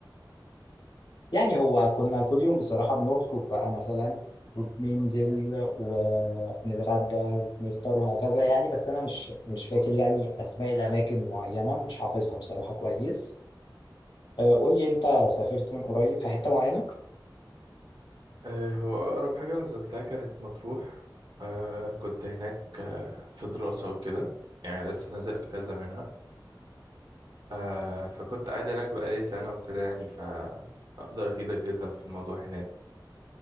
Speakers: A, on the left; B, on the right.
A: يعني هو كنا كل يوم بصراحه بنخرج بقى مثلا وبننزل ونتغدى ونفطر وهكذا يعني بس انا مش مش فاكر يعني اسماء الاماكن معينه مش حافظها بصراحه كويس آه قول لي انت سافرت من قريب في حته معينه
B: آه هو اقرب حاجه نزلتها كانت مطروح آه كنت هناك آه في دراسه وكده يعني لسه نازل اجازه منها آه فكنت قاعد هناك بقالي سنه وكده يعني فاقدر افيدك جدا في الموضوع هناك